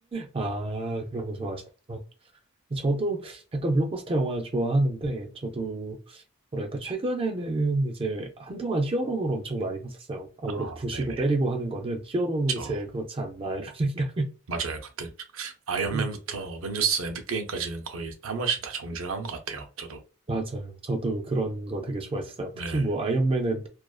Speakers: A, on the right (about 25°); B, on the right (about 75°).
A: 아, 그런 거 좋아하시구나. 저도 약간 블록버스터 영화 좋아하는데, 저도 뭐랄까, 최근에는 이제 한동안 히어로물 엄청 많이 봤었어요. 아무래도
B: 아
A: 부시고
B: 네네
A: 때리고 하는 거는 히어로물이
B: 저
A: 제일
B: 맞아요.
A: 그렇지 않나, 이런 <laughs> 생각을.
B: 맞아요 그때 아이언맨부터
A: 음,
B: 어벤져스 엔드게임까지는 거의 한 번씩 다 정주행한 것 같아요. 저도
A: 맞아요. 저도 그런 거 되게 좋아했어요.
B: 네.
A: 특히 뭐 아이언맨은